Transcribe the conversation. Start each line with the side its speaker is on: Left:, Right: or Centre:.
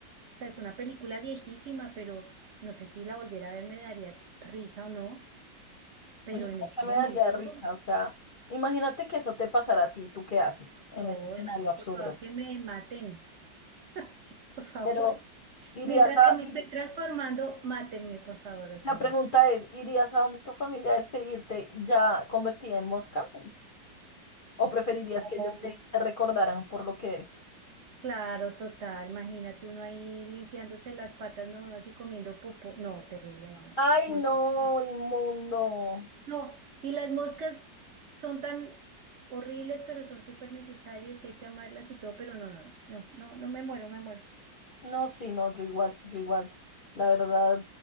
Right: sea, es una película viejísima, pero no sé si la volviera a ver me daría risa o no. Pero
Left: Yo creo
Right: en ese
Left: que
Right: momento,
Left: me daría risa, o sea, imagínate que eso te pasara a ti, ¿tú qué haces en
Right: no,
Left: ese escenario
Right: no,
Left: absurdo?
Right: por favor, que me maten, <laughs> por favor.
Left: Pero irías
Right: Mientras
Left: a,
Right: que me estoy
Left: iri-
Right: transformando, mátenme, por favor, o sea.
Left: la pregunta es, ¿irías a donde tu familia a despedirte ya convertida en mosca? ¿O preferirías que ellos
Right: Ojo.
Left: te, te recordaran por lo que eres?
Right: Claro, total, imagínate uno ahí limpiándose las patas nomás y comiendo popó. No, terrible, no, no,
Left: Ay,
Right: no.
Left: no,
Right: <laughs>
Left: inmundo.
Right: No, y las moscas son tan horribles, pero son súper necesarias y hay que amarlas y todo, pero no, no, no, no, no, no me muero, me muero.
Left: No, sí, no, yo igual, yo igual. La verdad,